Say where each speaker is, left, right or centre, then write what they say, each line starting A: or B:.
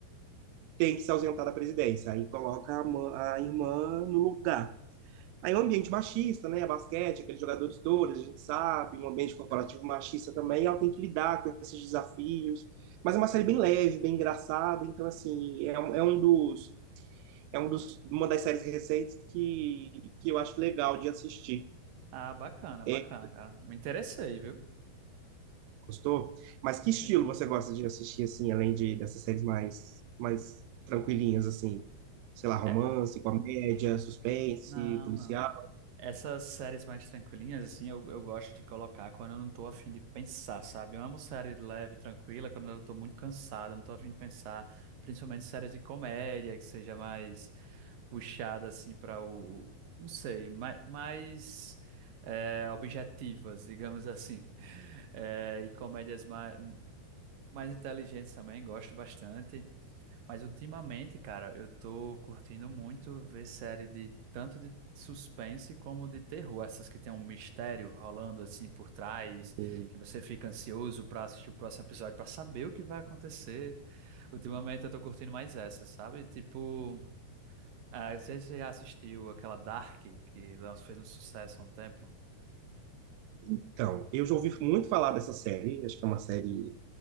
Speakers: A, on the right (about 85°); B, on the right (about 65°).
A: tem que se ausentar da presidência. Aí coloca a, ma- a irmã no lugar. Aí é um ambiente machista, né? Basquete, aqueles jogadores todos, a gente sabe, um ambiente corporativo machista também, ela tem que lidar com esses desafios. Mas é uma série bem leve, bem engraçada, então, assim, é um, é um dos é um dos, uma das séries recentes que, que eu acho legal de assistir.
B: Ah, bacana,
A: É,
B: bacana, cara. Me interessei, viu?
A: gostou? Mas que
B: achei.
A: estilo você gosta de assistir, assim, além de dessas séries mais, mais tranquilinhas, assim? Sei lá, romance,
B: É,
A: comédia, suspense,
B: não,
A: policial?
B: não. Essas séries mais tranquilinhas, assim, eu, eu gosto de colocar quando eu não tô afim de pensar, sabe? Eu amo série leve, tranquila, quando eu tô muito cansado, não tô afim de pensar, principalmente séries de comédia, que seja mais puxada, assim, para o, não sei, mais, mais é, objetivas, digamos assim. <laughs> É, e comédias mais, mais inteligentes também, gosto bastante. Mas ultimamente, cara, eu tô curtindo muito ver série de tanto de suspense como de terror, essas que tem um mistério rolando assim por trás,
A: Ou-
B: que você fica ansioso pra assistir o próximo episódio pra saber o que vai acontecer. Ultimamente eu tô curtindo mais essas, sabe? Tipo, ah, você já assistiu aquela Dark que lan- fez um sucesso há um tempo?
A: Então, eu já ouvi muito falar dessa série, acho que é uma série.